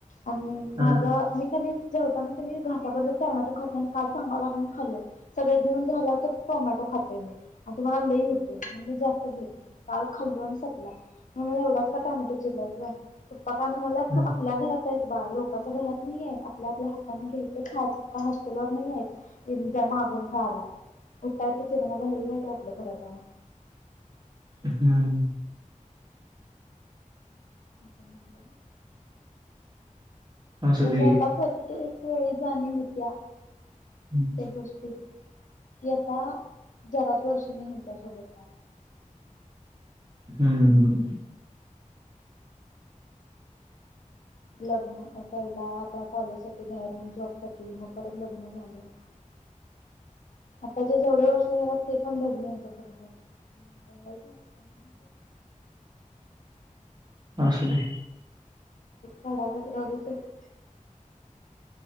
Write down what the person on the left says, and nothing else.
आणि माझा
मी कधी जेवताना कणी घासाबरर टोमॅटो खात नाय आणि काल सांगालय म्हणून खाल्लं सगळ जेवून झाल्यावर त टोमॅटो खातोय मी आणि तो मला लई होतोय म्हणून मी जास्त घेत नाय आणि काल खाल् दोन संपला म्हणून एवढाच का टोमॅटो चिरलास ग पप्पा काय म्हणाल्यात
तू आपल्या घरात हाईस बाळा लोकांच्या घरात नाहीयेस आपल्या आपल्या हाताने घ्यायचं खायचं तू काय हॉस्टेलवर नाही येस येणं मागुण खायला उठायचं तेण मला लय वाईट वाटलं खरं तवा
समजलं
जस
आता
प्रत्येक वेळी जाणीव होत्या प्रत्येक
गोष्टीत की आता जराच वर्ष मी ह्यांच्यासोबत हाय
लग्न पहिला आता कॉलेज साठी बाहेर मग जॉब साठी मग परत लग्न झालं.
आता जे जेवढे वर्ष रायल्यात ते पण धड मी यांच्या सोबत राहू शकत नाय. अस वाईट वाटतं मला लय
रडालाच रडूच येत